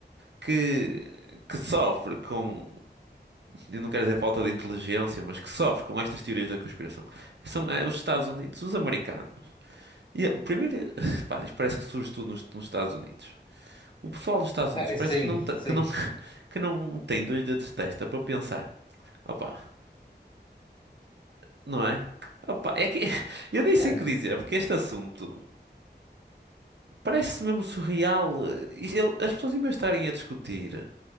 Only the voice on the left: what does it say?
Ah,
sim,
sim.
É.